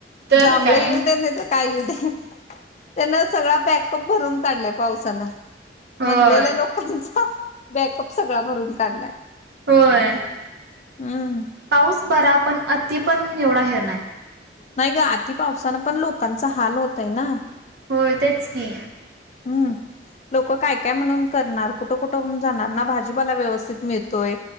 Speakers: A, on the right (about 65°); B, on the left (about 40°).
A: तर
B: जांभळ
A: काय
B: येऊ दे्या नाही त काय येऊ दे त्यांन सगळा बॅकअप भरून काढलाय पावसानं
A: होय
B: म्हणलेल्या लोकांचा बॅकअप सगळा भरून काढलाय.
A: होय
B: हम्म
A: पाऊस बरा पण अति पण एवढा हे नाय.
B: नाही ग आति पावसानं पण लोकांचं हाल होतयं ना.
A: हो तेच की
B: हम्म लोकं काय काय म्हणून करणार कुठं कुठं म्हणून जाणार ना भाजीपाला व्यवस्थित मिळतोय.